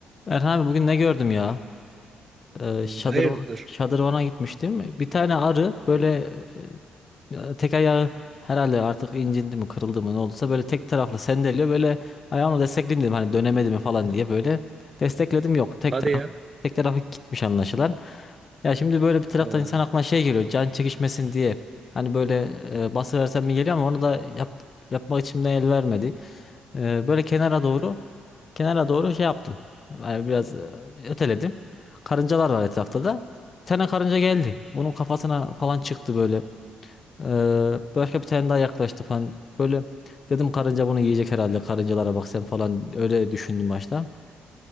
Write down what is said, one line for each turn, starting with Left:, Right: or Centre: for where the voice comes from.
Left: Erhan abi bugün ne gördüm ya? Ee,
Right: Hmm,
Left: şadırvan,
Right: Hayırdır?
Left: şadırvana gitmiştim. Bir tane arı böyle e, e, tek ayağı herhalde artık incindi mi kırıldı mı ne olduysa böyle tek taraflı sendeliyor. Böyle ayağımla destekleyeyim dedim hani dönemedi mi falan diye böyle destekledim yok. Tek
Right: Hadi
Left: taraf
Right: ya.
Left: tek tarafı gitmiş anlaşılan. Ya şimdi böyle bir taraftan
Right: Ha,
Left: insan aklına şey geliyor can çekişmesin diye. Hani böyle e, bası versem mi geliyor ama onu da yap, yapmak içimden el vermedi. Ee, böyle kenara doğru. Kenara doğru şey yaptım. Yani biraz e, öteledim. Karıncalar var etrafta da. Bir tane karınca geldi. Bunun kafasına falan çıktı böyle. Ee, başka bir tane daha yaklaştı falan. Böyle dedim karınca bunu yiyecek herhalde. Karıncalara bak sen falan öyle düşündüm başta.